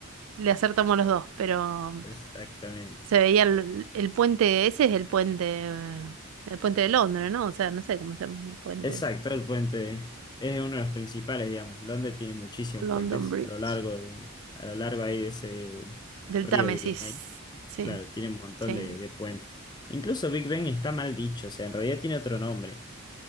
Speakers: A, on the right; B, on the left.
A: le acertamos los dos, pero
B: <laughs> exactamente.
A: se veía el, el puente, ese es el puente, eh, el puente de Londres, ¿no? O sea, no sé cómo se llama el puente
B: Exacto,
A: ese.
B: el puente es uno de los principales, digamos. Londres tiene muchísimos
A: London
B: puentes
A: Bridge,
B: a lo largo de, a lo largo ahí de ese
A: del
B: río
A: Támesis,
B: que tiene ahí.
A: sí,
B: Claro, tiene un montón
A: sí.
B: de, de puentes. Incluso Big Ben está mal dicho, o sea, en realidad tiene otro nombre,